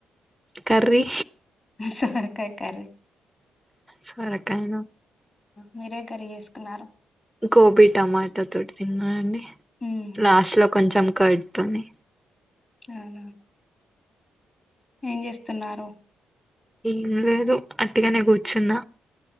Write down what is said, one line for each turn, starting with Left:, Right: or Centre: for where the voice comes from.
Centre: కర్రీ
Left: సొరకాయ కర్రి
Centre: సొరకాయన
Left: మీరు ఎ కర్రి చేసుకున్నారు
Centre: గోబీ టమాటా తోటి తిన్నా అండి
Left: ఉమ్,
Centre: లాస్ట్ లో కొంచెం కర్డ్ తోనీ
Left: అవునా ఏం చేస్తున్నారు
Centre: ఏం లేదు అట్టిగనే కూర్చున్న